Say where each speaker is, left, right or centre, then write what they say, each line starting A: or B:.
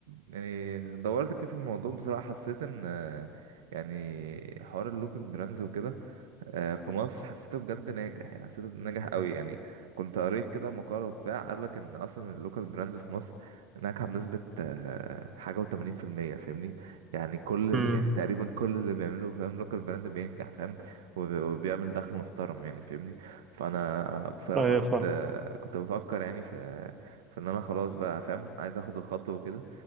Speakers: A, on the right (about 75°); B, on the right (about 30°).
A: يعني دورت كتير في الموضوع بصراحة حسيت إن آه، يعني حوار اللوكال براندز وكده آه، في مصر حسيته بجد ناجح يعني حسيته ناجح قوي يعني كنت قريت كده مقالة بتاع قال لك إن أصلا اللوكال براندز في مصر ناجحة بنسبة آه، حاجة وتمانين في المية فاهمني يعني كل
B: امم
A: يعني تقريبا كل اللي بيعمله فاهم لوكال براند بينجح فاهم وب- وبيعمل دخل محترم يعني فاهمني فأنا بصراحة
B: ايوه
A: كنت
B: فاهم
A: آه، كنت بفكر يعني في فان انا خلاص بقى فاهم عايز اخد الخطوه وكده